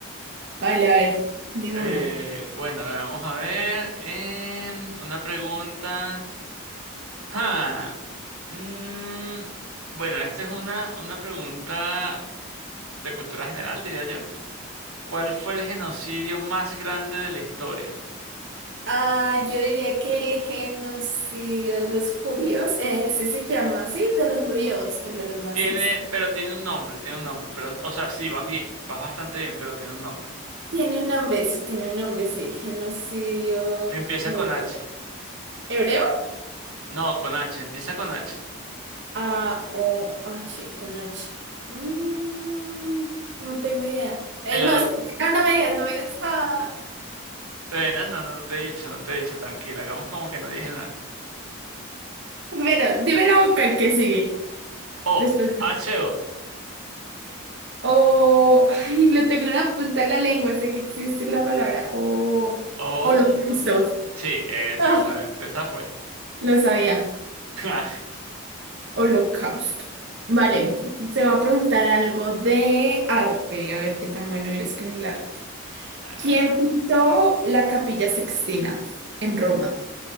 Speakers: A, on the right (about 55°); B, on the right (about 85°).
A: Vale, a ver, dime
B: Eh,
A: una.
B: bueno, vamos a ver. em, una pregunta. Ah, mm, bueno, esta es una, una pregunta de cultura general, diría yo. ¿Cuál fue el genocidio más grande de la historia?
A: Ah, yo diría que el genocidio de los judíos, eh, sí se llama así, de los judíos, el de los nazis.
B: Tiene, pero tiene un nombre, tiene un nombre. Pero, o sea, sí, vas bien, vas bastante bien, pero tiene un nombre.
A: Tiene un nombre, eso tiene un nombre, sí, genocidio
B: Empieza
A: hebreo.
B: con H.
A: ¿Hebreo?
B: No, con H, empieza con H.
A: A-O-H con H. Mm, no tengo idea. Eh,
B: El
A: no, espera, no, no me digas, no me digas. está-
B: Eh, no, no, no te he dicho, no te he dicho, tranquila, hagamos como que no dije nada.
A: Pero dime la vocal que sigue.
B: O,
A: Después de...
B: H-O.
A: O... Ay, lo tengo en la punta de la lengua, sé que existe la palabra. O...
B: O.
A: Holocausto.
B: O. Sí, exactamente,
A: Ah,
B: esa fue.
A: Lo sabía.
B: <laughs>
A: Holocausto. Vale, se va a preguntar algo de arte. A ver qué tan bueno eres con el arte.
B: Ah,
A: ¿Quién pintó la Capilla Sixtina en Roma?